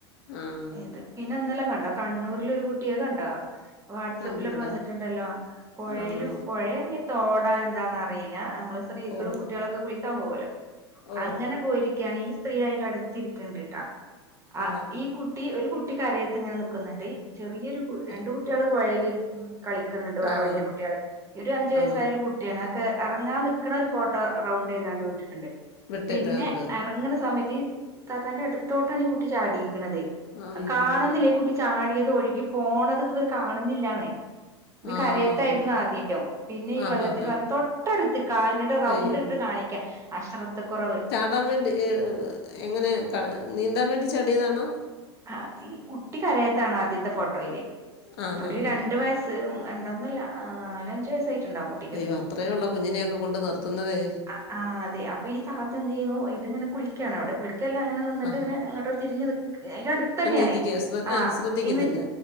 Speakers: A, on the left; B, on the right.
A: ആഹ് ആഹ്
B: ഇത് പിന്നെ ഇന്നലെ കണ്ട കണ്ണൂരിലൊരു കുട്ടിയ കണ്ട വാഡ്സപ്പിലൊക്കെ
A: കണ്ടില്ലടാ
B: വന്നിട്ടുണ്ടല്ലോ പോയിയിൽ
A: ആണോ
B: പോയെ ഏഹ ഇഞ് തോടാ എന്താന്ന അറിയില്ല നമ്മള് സ്ത്രീകളും
A: ഓ
B: കുട്ടികളൊക്കെ കുളിക്കാൻ പോകല്ലോ
A: ഓ
B: അങ്ങനെ പോയിരിക്കുകയാണ് ഈ സ്ത്രീ അയിന്റെ അടുത്ത് തിരിക്കണ്ടിട്ടാ ആ
A: ആഹ്
B: ഈ കുട്ടി ഒരു കുട്ടികരെയത്തിങ്ങനെ നിക്‌ കുന്നുണ്ട് ചെറിയൊരു കു രണ്ട
A: ആഹ്
B: കുട്ടികള് പോയേൽ കളിക്കുന്നുണ്ട് വേറെ
A: ആഹ്
B: വല്യയ കുട്ടികള് ഒരു അഞ്ചു വയസ്സായ
A: ആഹ്
B: ഒരു കുട്ടിയാണ് അക്കെ ഇറങ്ങാൻ നിക്കണ ഒരു ഫോട്ടോ റൗണ്ട് ചെയ്താണ്ട് വിട്ടിട്ടുണ്ട്
A: വിട്ടിട്ടുണ്ട്
B: പിന്നെ ഇറങ്ങണ സമയത്ത് ത താന്റെ എടൊത്തോട്ടാണ് ഈ കുട്ടി ചാടിയിരികുന്നത്
A: അയ്യോ
B: കാണുന്നില്ലേ കു ചാടിയത് ഒഴുകി പോണത് ഇതുവർ കാണുന്നില്ലാന്നേ ഇത്
A: ആഹ്
B: കരയത്തായിരുന്നു ആദ്യം പിന്നെ ഈ
A: ആഹ്
B: വെള്ളത്തിൽ
A: ആഹ് ആഹ്
B: പറ തൊട്ടടുത്ത് കാലിനട്ട് റൗണ്ട
A: അയ്യോ
B: ഇട്ടട്ട് കാണിക്കാം അശ്രദ്ധക്കുറവ്
A: ടാൻ വേണ്ടി എങ്ങനെ നീന്താൻ വേണ്ടി ചെടിയതാണോ
B: ആഹ ഈ കുട്ടി കരയത്താണ് ആദ്യത്തെ ഫോട്ടോയില്
A: ആഹ്
B: ഒരു
A: ആഹ്
B: രണ്ട
A: ആഹ്
B: വയസ് അഹ രണ്ടന്നല്ല നാലഞ്ച് വയസ്സായിട്ണ്ടാവും കു
A: അയ്യോ അത്രേ ഉുള്ള കുഞ്ഞിനെയൊക്കെ കൊണ്ട് നിർത്തുന്നതേ
B: ആഹ അതെ അപ്പോ ഈ താതഎന്ത് ചെയ്യുന്നു ഇത്ങ്ങനെ കുളിക്കയാണ് അവിടെ കുളിക്കല്ല അങ്ങനെ ന്നിന്നിട്ട്
A: ആഹ്
B: ഇങ്ങനെങ്ങോട്ട തിരിഞ്ഞു നിക്ക അതിന്റെ അടു തന്നെയാണ്
A: ഒന്ന് ഇരിക്കുക ശ്ര
B: ആഹ
A: ആഹ് ശ്രദ്ധിക്കുന്നില്ല
B: എന്ന്